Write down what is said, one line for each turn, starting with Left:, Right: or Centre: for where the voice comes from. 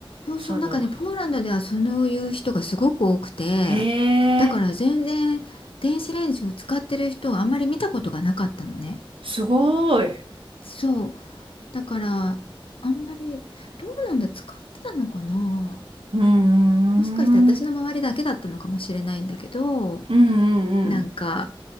Left: そうそう、
Right: その、
Left: なんかね、ポーランドではそういう人がすごく多くて、
Right: へ
Left: だから全然電子レンジを使ってる人をあんまり見たことがなかったのね。
Right: え、すごい。う
Left: そう。だから、あんまり、どうなんだ、使ってたのかな
Right: ーん、うん
Left: もしかして私の周りだけだったのかもしれないんだけど、
Right: うんうん。
Left: なんか、